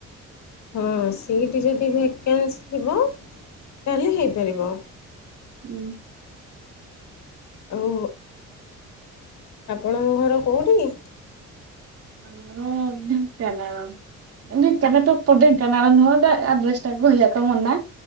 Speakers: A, on the left; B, on the right.
A: ହଁ ସିଟ୍ ଯଦି ଭେକେନ୍ସି ଥିବ ତାହେଲେ ହେଇପାରିବ।
B: ହୁଁ।
A: ଆଉ ଆପଣଙ୍କ ଘର କୋଉଠି କି?
B: ଆମର ଢେଙ୍କାନାଳ <unintelligible> ପପର୍ ଢେଙ୍କାନାଳ ନୁହଁ ଏଟା ଆଡ୍ରେସ୍ ତା କହିବା ତ ମନା